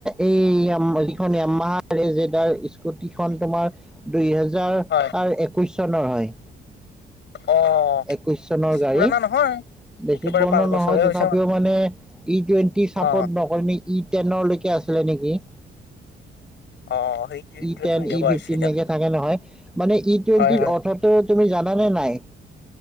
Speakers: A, in the centre; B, on the left (about 65°).
A: এই মানে যিখন য়ামাহাৰ ৰেই জেড আৰ ইছ যিখন তোমাৰ দুই হেজাৰ
B: হয়
A: একৈশ চনৰ হয়।
B: অ
A: একৈশ চনৰ
B: বেছি
A: গাড়ী।
B: পুৰণা নহয়
A: বেছি
B: একেবাৰে
A: পুৰণি
B: পাঁচ বছৰে
A: নহয় তথাপিও
B: হৈছে মাত্ৰ
A: মানে ই টুৱেণ্টি চাপৰ্ট
B: অ
A: নকৰে নি ই টেনলৈকে আছিলে নেকি?
B: অ' সেইটো সেইটোৱেতো
A: ই টেন,
B: এনেকুৱা
A: ই ফিফটিন
B: হৈছে এতিয়া
A: এনেকে থাকে নহয়? মানে ই টুৱেণ্টিৰ
B: হয় হয়
A: অৰ্থাৎ তুমি জানানে নাই?